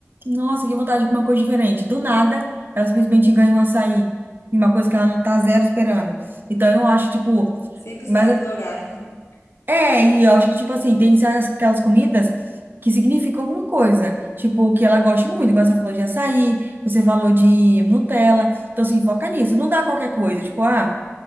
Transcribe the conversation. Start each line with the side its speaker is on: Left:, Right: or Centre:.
Right: nossa, que vontade de comer uma coisa diferente. Do nada, ela simplesmente ganha um açaí. E Uma coisa que ela não tá zero esperando. Então, eu acho, tipo.
Left: Sem precisar
Right: Mas
Left: implorar. <laughs>
Right: é, e eu acho que, tipo assim, tem que certas- aquelas comidas que significam alguma coisa. Tipo, que ela goste muito. Igual você falou de açaí, você falou de Nutella. Então, assim, foca nisso. Não dá qualquer coisa. Tipo, ah.